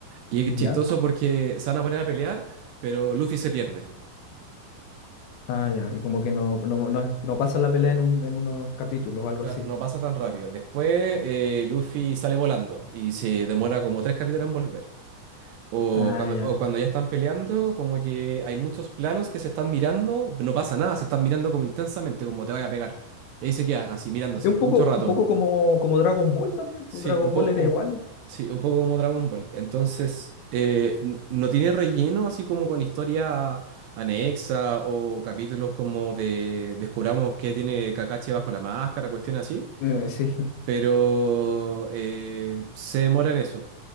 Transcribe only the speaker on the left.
Ya.
Ah, ya. Y como que no, no, no, no pasa la pelea en, un, en unos capítulos o algo
así.
Ah,
ya.
Es un poco,
un poco como, como Dragon Ball también.
pues, Dragon
Ball era
igual.
Eh, <laughs> sí.